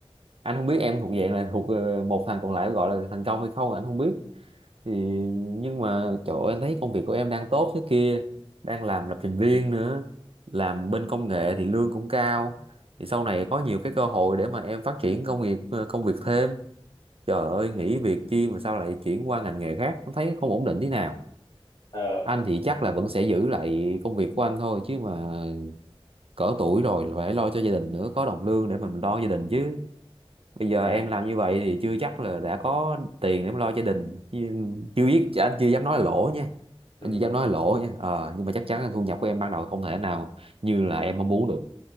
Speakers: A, on the right; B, on the left.
A: anh không biết em thuộc dạng là thuộc ờ, một thằng còn lại gọi là thành công hay không anh không biết thì nhưng mà trời ơi anh thấy công việc của em đang tốt thế kia đang làm lập trình viên nữa làm bên công nghệ thì lương cũng cao thì sau này có nhiều cái cơ hội để mà em phát triển công nghiệp ờ, công việc thêm trời ơi nghỉ việc chi mà sao lại chuyển qua ngành nghề khác anh thấy không ổn định thế nào
B: ờ
A: anh thì chắc là vẫn sẽ giữ lại công việc của anh thôi chứ mà cỡ tuổi rồi là phải lo cho gia đình nữa có đồng lương để mình lo gia đình chứ bây
B: đây
A: giờ
B: nè
A: em làm như vậy thì chưa chắc là đã có tiền để mà lo gia đình Nhưng chưa biết anh chưa dám nói là lỗ nha
B: Ừ.
A: anh chưa dám nói là lỗ nha ờ, nhưng mà chắc chắn là thu nhập của em ban đầu không thể nào như là em mong muốn được